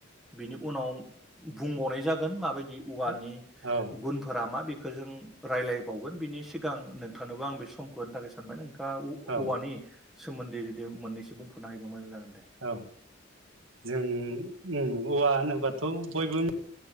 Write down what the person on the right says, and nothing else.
औ
औ
औ जों ओम औवा होनोबाथ' बयबो